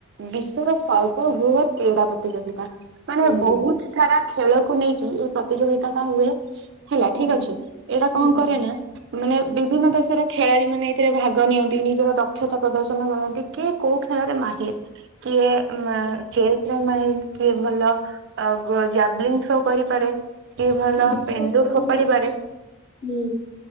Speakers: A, on the right; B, on the left.
A: ବିଶ୍ଵର ସର୍ବବୃହତ୍ କ୍ରୀଡ଼ା ପ୍ରତିଯୋଗିତା। ମାନେ
B: ହୁଁ।
A: ବୋହୁତ୍ ସାରା ଖେଳକୁ ନେଇକି ଏଇ ପ୍ରତିଯୋଗିତା ଟା ହୁଏ। ହେଲା ଠିକ୍
B: ଓହୋ
A: ଅଛି, ଏଇଟା କଣ
B: ହୁଁ
A: କରେ ନା ମାନେ ବିଭିନ୍ନ ଦେଶର ଖେଳାଳି ମାନେ ଏଥିରେ ଭାଗ ନିଅନ୍ତି। କିଏ ନିଜର ଦକ୍ଷତା ପ୍ରଦର୍ଶନ କରନ୍ତି, କି କୋଉ ଖେଳରେ ମାହିର୍। କିଏ ଚେସ୍ ରେ ମାଇଲ୍, କିଏ ଭଲ? ଆଉ ଜାବ୍ଲିଙ୍ଗ୍ ଥ୍ରୋ କରିପାରେ। କିଏ ଭଲ
B: ଡିସକସ
A: ପେଣ୍ଡୁ
B: ର
A: ଫୋପାଡି
B: ଗୋଟେ ସରିଛି
A: ପାରେ।
B: ହୁଁ